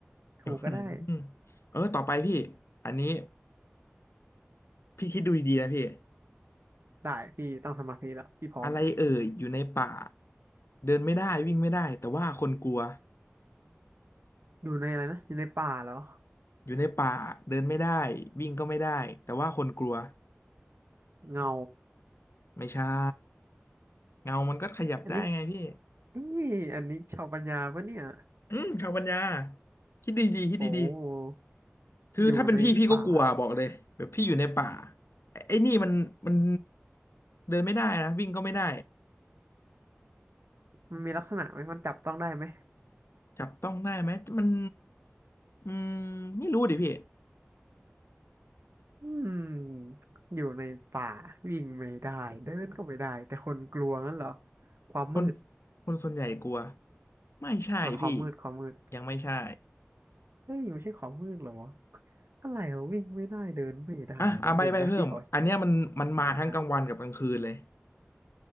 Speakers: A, on the right; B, on the left.
A: ถูกก็ได้
B: อืมเออต่อไปพี่อันนี้พี่คิดดูดีๆนะพี่
A: ได้พี่ต้องสมาธิแล้วพี่พร้อม
B: อะไรเอ่ยอยู่ในป่าเดินไม่ได้วิ่งไม่ได้แต่ว่าคนกลัว
A: อยู่ในอะไรนะอยู่ในป่าแล้ว
B: อยู่ในป่าเดินไม่ได้วิ่งก็ไม่ได้แต่ว่าคนกลัว
A: เงา
B: ไม่ใช่เงามันก็ขยับได้ไงพี่
A: อันนี้นี่อันนี้ชาวปัญญาปะเนี่ย
B: อืมชาวปัญญาคิดดีๆคิดดี
A: โอ้
B: คือถ้าเป็นพี่พี่ก็กลัวบอกเลยแบบพี่อยู่ในป่า
A: อยู่ในป่า
B: ไอ้ไอ้นี่มันมันเดินไม่ได้นะวิ่งก็ไม่ได้
A: มันมีลักษณะไหมมันจับต้องได้ไหม
B: จับต้องได้ไหมมันอืมไม่รู้ดิพี่
A: อืมอยู่ในป่าวิ่งไม่ได้เดินก็ไม่ได้แต่คนกลัวงั้นเหรอความมืด
B: คนคนส่วนใหญ่กลัวไม่ใช่พี่
A: อ๋อความมืดความมืด
B: ยังไม่ใช่
A: เฮ้ยไม่ใช่ความมืดเหรออะไรวะวิ่งไม่ได้เดินไม่ได้แป๊บหนึ่งนะพี่ขอคิด
B: อ่ะอ่ะใบใบเพิ่มอันเนี้ยมันมันมาทั้งกลางวันกับกลางคืนเลย
A: อ่า